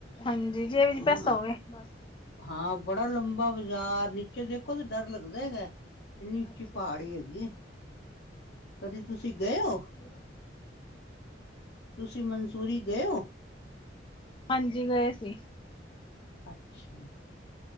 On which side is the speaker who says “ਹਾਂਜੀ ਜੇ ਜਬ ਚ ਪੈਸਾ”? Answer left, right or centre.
Left